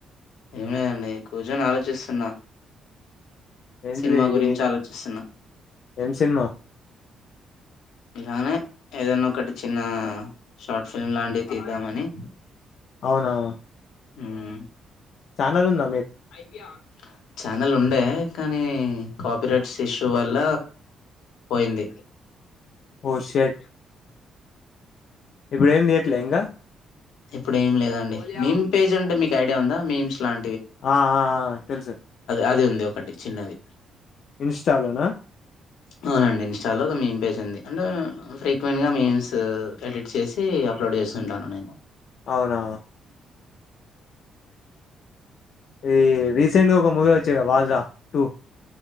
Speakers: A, on the left; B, on the left.
A: ఏం లేదండి, కూర్చుని ఆలోచిస్తున్నా?
B: ఏంటిది
A: సినిమా
B: ఇది
A: గురించి ఆలోచిస్తున్నా.
B: ఏం సినిమా
A: ఇలానే, ఏదైనా, ఒకటి చిన్న షార్ట్ ఫిల్మ్ లాంటివి తీద్దామని.
B: అవునవును
A: హ్మ్
B: ఛానెల్ ఉంద
A: <unintelligible> ఛానల్ ఉండే. కానీ, కాపీరైట్స్ ఇష్యూ వల్ల పోయింది
B: ఓ షట్ ఇప్పుడు, ఏం చేయట్లే ఇంకా?
A: ఇప్పుడు ఏమి లేదండి. మీమ్ పేజ్ అంటే మీకు ఐడియా ఉందా మీమ్స్ లాం
B: ఆ ఆ ఆ తెలుసు
A: అది ఉంది ఒకటి చిన్నది.
B: ఇన్స్టాలోనా
A: అవునండి ఇన్స్టాలో ఒక మెమ్ పేజ్ ఉంది. అంటే ఫ్రీక్వెంట్ గా మీమ్స్ ఎడిట్ చేసి అప్ అప్లోడ్ చేస్తుంటాను నేను
B: అవునా! ఇది, రీసెంట్ గా ఒక మూవీ వచ్చింది కదా వాజా టూ